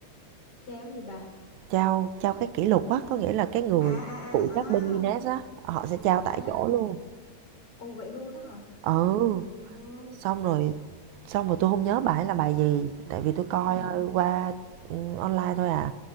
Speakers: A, on the left (about 50°); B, on the right (about 75°).
A: Cháo gì bà?
B: Trao trao cái kỷ lục á, có nghĩa là cái người
A: À à
B: phụ
A: à à.
B: trách bên Guinness á, họ sẽ trao tại
A: À,
B: chỗ luôn.
A: ồ vậy luôn đó hả?
B: Ừ,
A: Trời ơi.
B: xong rồi xong rồi tôi không nhớ bài là bài gì, tại vì tôi coi
A: Ừ
B: ờ, qua ừ, online thôi à.